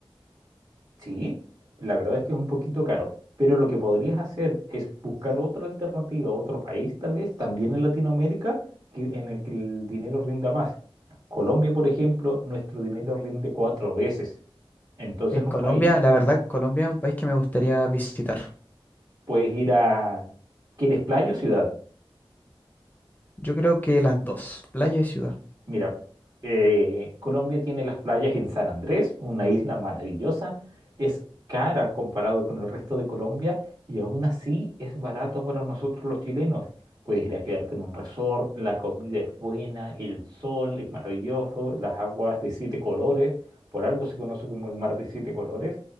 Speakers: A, on the right; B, on the left.
A: Sí, la verdad es que es un poquito caro, pero lo que podrías hacer es buscar otra alternativa, otro país tal vez, también en Latinoamérica, que, en el que el dinero rinda más. Colombia, por ejemplo, nuestro dinero rinde cuatro veces. Entonces,
B: En
A: un
B: Colombia,
A: país,
B: la verdad, Colombia es un país que me gustaría visitar.
A: puedes ir a... ¿Quieres playa o ciudad?
B: Yo creo que las dos, playa y ciudad.
A: Mira, eh, Colombia tiene las playas en San Andrés, una isla maravillosa. Es cara comparado con el resto de Colombia y aún así es barato para nosotros los chilenos. Puedes ir a quedarte en un resort, la comida es buena, el sol es maravilloso, las aguas de siete colores, por algo se conoce como el mar de siete colores.